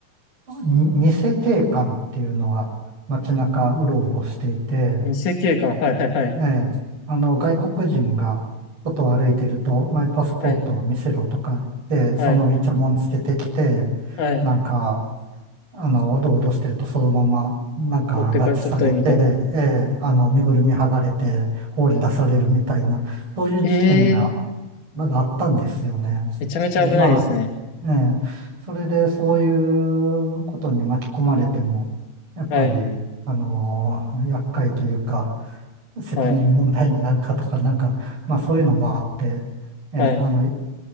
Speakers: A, on the right (about 25°); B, on the left (about 45°).
A: に偽警官っていうのが街中うろうろしていて、
B: ん偽警官。はいはいはい。
A: ええ、あの外国人が外を歩いてると、お前パスポートを見せろとか言っ
B: はい。
A: て、
B: はい。
A: そのままイチャモンつけてきて、
B: はい。
A: なんか、あの、おどおどしてるとそのまま、なんか拉致されて、
B: 持ってかれちゃったりみたいな。
A: ええ、あの、身ぐるみ剥がれて放り出されるみたいな、そういう事件が
B: ええー、
A: まだあったんですよね。
B: めちゃめちゃ危ないですね。
A: で、まあ、ええ、それでそういうことに巻き込まれても、やっぱり、
B: はい。
A: あのー厄介というか、責任問題になるかとか、
B: はい。
A: なんか、まあそういうのもあって、ええ、
B: はい。
A: あの、